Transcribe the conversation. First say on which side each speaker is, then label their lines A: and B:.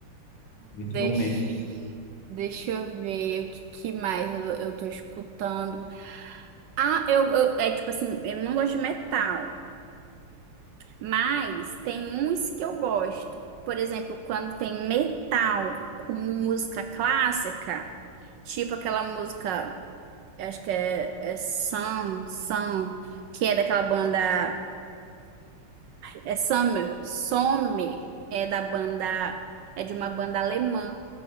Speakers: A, on the left; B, on the right.
A: Muito
B: Deixa,
A: bom mesmo.
B: deixa eu ver o que, que mais eu, eu tô escutando. Ah, eu, eu. É tipo assim, eu não gosto de metal. Mas tem uns que eu gosto. Por exemplo, quando tem metal com música clássica, tipo aquela música, eu acho que é, é Sun, Sun, que é daquela banda. É Summer, Sommer, é da banda. É de uma banda alemã.